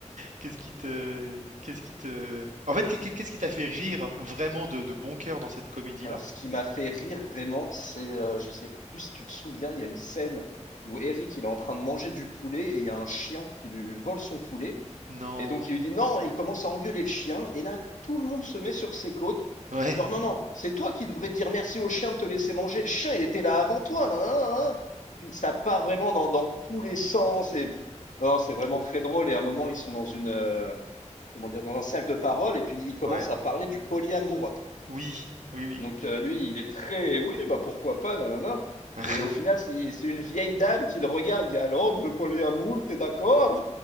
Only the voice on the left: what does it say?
Alors, ce qui m'a fait rire vraiment, c'est, heu, je sais plus si tu te souviens, il y a une scène où Eric, il est en train de manger du poulet et il y a un chien qui lui vole son poulet
et donc il lui dit: «Non» et il commence à engueuler le chien et là, tout le monde se met sur ses côtes,
genre: «Non, non, c'est toi qui devrais dire merci au chien de te laisser manger, le chien, il était là avant toi, nin, nin, nin, nin». Puis ça part vraiment dans dans tous les sens et non, non, c'est vraiment très drôle et à un moment, ils sont dans une, heu, comment dire? Dans un cercle de parole et puis ils commencent
à parler du polyamour.
Donc euh, lui, il est très oui, bah pourquoi pas, nanana.
Et au final, c'est c'est une vieille dame qui le regarde, il y a alors le polyamour, t'es d'accord?